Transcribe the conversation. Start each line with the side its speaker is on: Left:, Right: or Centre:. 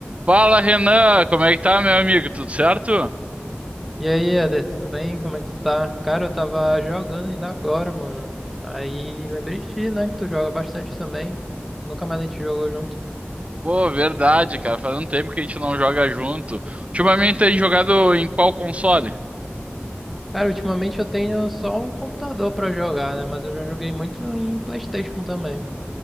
Right: Fala, Renan, como é que tá, meu amigo? Tudo certo?
Centre: E aí, Eder, tudo bem? Como é que tu tá? Cara, eu tava jogando ainda agora, mano. Aí lembrei de ti, né? Que tu joga bastante também. Nunca mais a gente jogou junto.
Right: Pô, verdade, cara. Faz um tempo que a gente não joga junto. Ultimamente tem jogado em qual console?
Centre: Cara, ultimamente eu tenho só o computador pra jogar, né? Mas eu já joguei muito em PlayStation também.